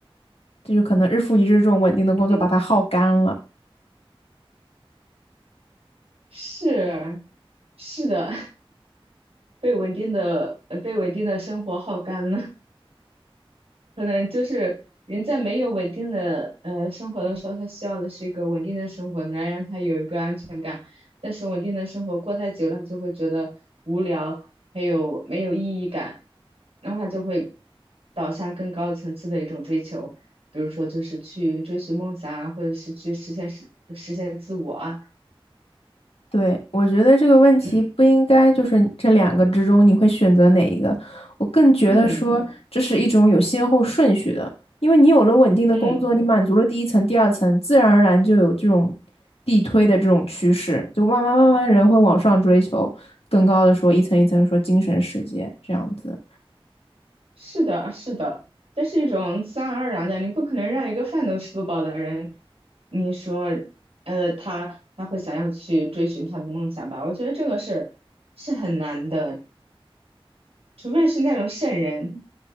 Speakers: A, on the left (about 85°); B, on the right (about 85°).
A: 这就可能日复一日这种稳定的工作把它耗干了。
B: 嗯，是是的，<laughs> 被稳定的呃被稳定的生活耗干了。可能就是人在没有稳定的呃生活的时候，他需要的是一个稳定的生活，来让他有一个安全感。但是稳定的生活过太久了，他就会觉得无聊，还有没有意义感，然后他就会导向更高层次的一种追求，比如说就是去追寻梦想啊，或者是去实现实实现自我啊，
A: 对，我觉得这个问题不应该就是这两个之中你会选择哪一个。
B: 嗯
A: 我更觉得说这是一种有先后顺序的，
B: 嗯。
A: 因为你有了稳定的工作，
B: 嗯
A: 你满足了第一层、第二层，自然而然就有这种递推的这种趋势，就慢慢慢慢人会往上追求更高的说一层一层说精神世界这样子。
B: 是的，是的，这是一种自然而然的，你不可能让一个饭都吃不饱的人，你说，呃，他他会想要去追寻他的梦想吧？我觉得这个是是很难的，除非是那种圣人。